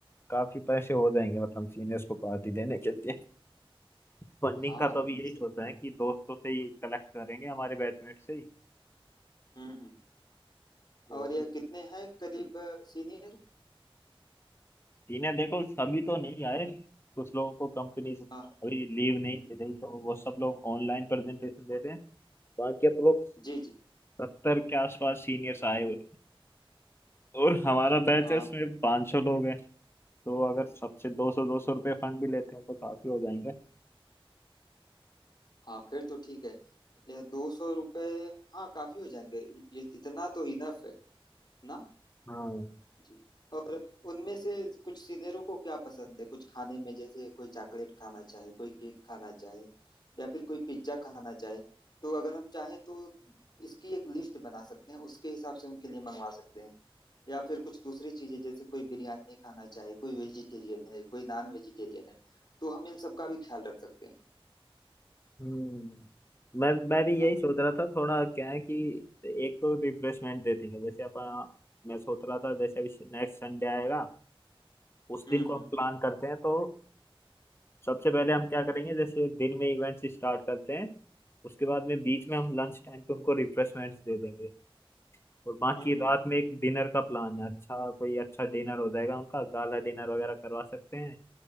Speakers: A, on the left (about 25°); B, on the left (about 50°).
A: काफी पैसे हो जाएंगे मतलब सीनियर्स को पार्टी देने के लिए फंडिंग
B: हाँ
A: का तो
B: यह
A: अभी यही
B: तो सही
A: सोचा है कि दोस्तों से ही कलेक्ट करेंगे हमारे बैचमेट से ही
B: हम्म हम्म
A: तो
B: और
A: उसी
B: यह कितने हैं करीब सीनियर
A: इन्हें देखो सभी तो नहीं आए कुछ लोगों को कंपनीज अभी
B: हाँ
A: लीव नहीं दे रही तो वो सब लोग ऑनलाइन प्रेजेंटेशन दे रहे हैं बाकी आप लोग
B: जी जी
A: सत्तर के आसपास सीनियर्स आए हुए हैं और हमारा बैच
B: हाँ
A: है उसमें 500 लोग हैं तो अगर सबसे दो सौ दो सौ रुपये फंड भी लेते हैं तो काफी हो जाएंगे
B: हाँ फिर तो ठीक है यह दो सौ रुपये हाँ काफी हो जाएंगे ये इतना तो इनफ है ना
A: हाँ
B: जी और उनमें से कुछ सीनियरों को क्या पसंद है कुछ खाने में जैसे कोई चॉकलेट खाना चाहे कोई केक खाना चाहे या फिर कोई पिज्जा खाना चाहे तो अगर हम चाहें तो इसकी एक लिस्ट बना सकते हैं उसके हिसाब से उनके लिए मंगवा सकते हैं या फिर कुछ दूसरी चीजें जैसे कोई बिरयानी खाना चाहे कोई वेजिटेरियन है कोई नॉन वेजिटेरियन है तो हम इन सब का भी ख्याल रख सकते हैं
A: हम्म मैं मैं भी
B: ना
A: यही सोच रहा था थोड़ा क्या है कि एक तो रिफ्रेशमेंट दे देंगे जैसे अपन मैं सोच रहा था जैसे अभी नेक्स्ट संडे आएगा उस
B: हम्म
A: दिन को
B: हम्म
A: हम प्लान करते हैं तो सबसे पहले हम क्या करेंगे जैसे दिन में इवेंट्स स्टार्ट करते हैं उसके बाद में बीच में हम लंच टाइम पे उनको रिफ्रेशमेंट्स दे देंगे और बाकी
B: हम्म हम्म
A: रात में एक डिनर का प्लान है अच्छा कोई अच्छा डिनर हो जाएगा उनका गाला डिनर वगैरह करवा सकते हैं